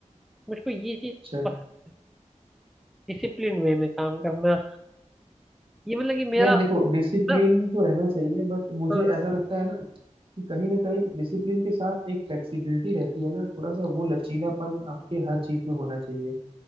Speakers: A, in the centre; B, on the right.
A: मुझको ये चीज
B: अच्छा
A: पसंद डिसिप्लिन वे में काम करना ये मतलब कि मेरा
B: यार देखो डिसिप्लिन
A: हाँ
B: तो रहना चाहिए बट मुझे
A: हाँ,
B: ऐसा लगता है ना कि कहीं ना कहीं डिसिप्लिन के साथ एक फ्लेक्सिबिलिटी रहती है ना थोड़ा सा वो लचीलापन आपके हर चीज में होना चाहिए